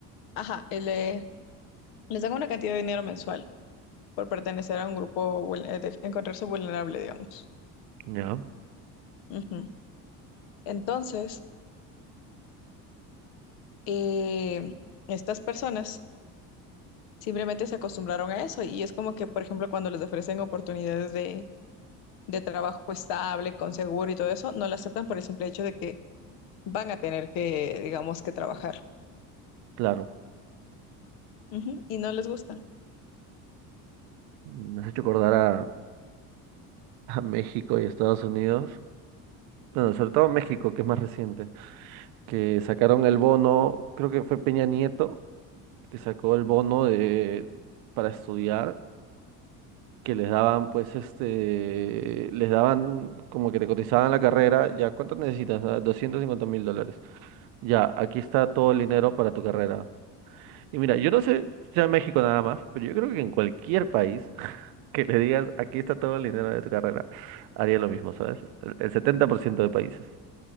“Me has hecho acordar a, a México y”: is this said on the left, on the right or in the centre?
Right